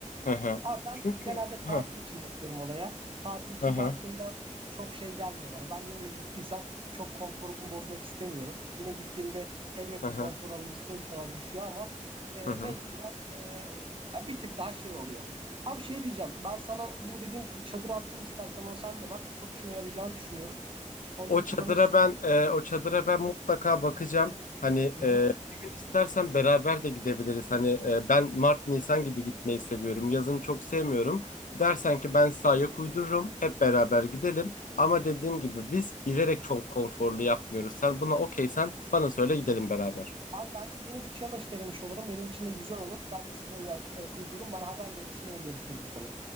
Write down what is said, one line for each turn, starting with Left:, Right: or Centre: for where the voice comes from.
Left: hı hı.
Right: Abi ben
Left: Çünkü
Right: genelde tatil
Left: hı
Right: için bakıyorum olaya. Tatil için
Left: hı hı
Right: baktığımda çok şey gelmiyor bana. Ben yine gittiysem çok konforumu bozmak istemiyorum. Yine gittiğimde elbette
Left: hı hı.
Right: konfor alım ister istemez düşüyor ama e,
Left: hı hı.
Right: mecburen e, ya bir tık daha şey oluyor. Abi şey diyeceğim. Ben sana bu dediğim çadırı atayım istersen onu sen de bak. Çok işine yarayacağını düşünüyorum. Onu
Left: O
Right: da kullanırsın.
Left: çadıra ben e, o çadıra ben mutlaka bakacağım. Hani
Right: Hı hı.
Left: e, bir gün istersen beraber de gidebiliriz. Hani e, ben Mart Nisan gibi gitmeyi seviyorum. Yazın çok sevmiyorum. Dersen ki ben size ayak uydururum. Hep beraber gidelim. Ama dediğim gibi biz bilerek çok konforlu yapmıyoruz. Sen buna okeysen bana söyle gidelim beraber.
Right: Abi ben de yeni bir challenge denemiş olurum. Benim için de güzel olur. Ben de sizinle uyak- ayak uydururum. Bana haber verirsin. Yine görüşürüz bu konuyu.